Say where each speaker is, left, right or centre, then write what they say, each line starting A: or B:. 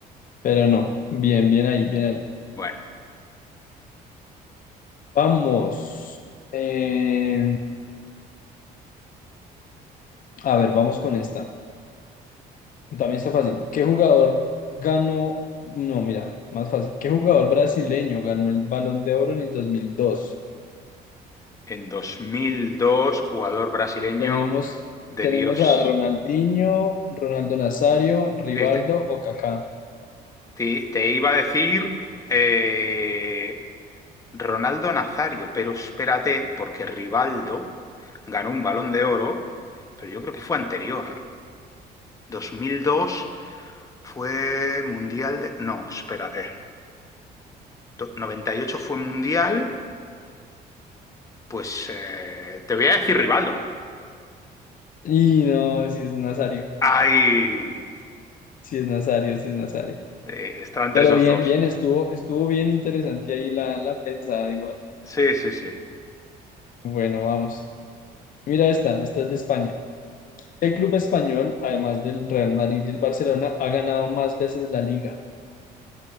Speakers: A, on the left (about 55°); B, on the left (about 20°).
A: Pero no, bien, bien ahí, bien ahí.
B: bueno,
A: Vamos. Eh, a ver, vamos con esta. También está fácil. ¿Qué jugador ganó? No, mira, más fácil. ¿Qué jugador brasileño ganó el Balón de Oro en el 2002?
B: en dos mil dos jugador brasileño
A: Tenemos,
B: de
A: tenemos
B: Dios.
A: a Ronaldinho, Ronaldo Nazario, Rivaldo
B: Sí, te,
A: o Kaká.
B: te- te iba a decir eh, Ronaldo Nazario, pero espérate, porque Rivaldo ganó un Balón de Oro, pero yo creo que fue anterior. dos mil dos fue mundial de... No, espérate. noventa y ocho fue mundial, pues eh, te voy a decir Rivaldo.
A: Y no, si es Nazario,
B: Ay,
A: si es Nazario, si es Nazario.
B: eh, estaba entre
A: Pero
B: esos
A: bien,
B: dos.
A: bien, estuvo, estuvo bien interesante ahí la, la pensada igual.
B: Sí, sí, sí.
A: Bueno, vamos. Mira esta, esta es de España. ¿Qué club español, además del Real Madrid y el Barcelona, ha ganado más veces la liga?